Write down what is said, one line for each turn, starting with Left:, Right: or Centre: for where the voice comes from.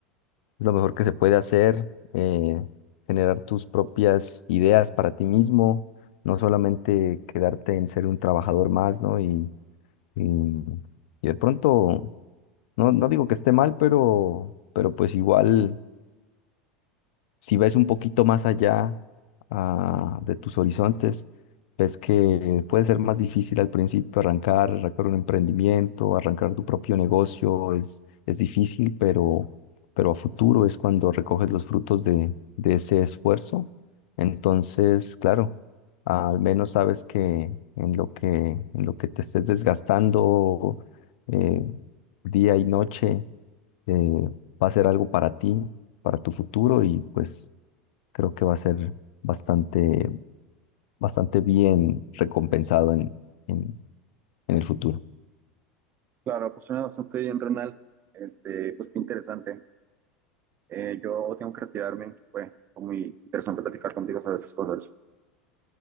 Left: es lo mejor que se puede hacer, eh, generar tus propias ideas para ti mismo, no solamente quedarte en ser un trabajador más, ¿no? Y, y, y de pronto, no, no digo que esté mal, pero, pero pues igual si ves un poquito más allá ah, de tus horizontes, ves que puede ser más difícil al principio arrancar, arrancar un emprendimiento, arrancar tu propio negocio, es, es difícil, pero, pero a futuro es cuando recoges los frutos de, de ese esfuerzo. Entonces, claro, al menos sabes que en lo que, en lo que te estés desgastando eh, día y noche, eh, va a ser algo para ti para tu futuro y pues creo que va a ser bastante, bastante bien recompensado en, en, en el futuro.
Right: Claro, pues suena bastante bien, Renal. Este, pues qué interesante. Eh, yo tengo que retirarme. Fue fue muy interesante platicar contigo sobre esas cosas.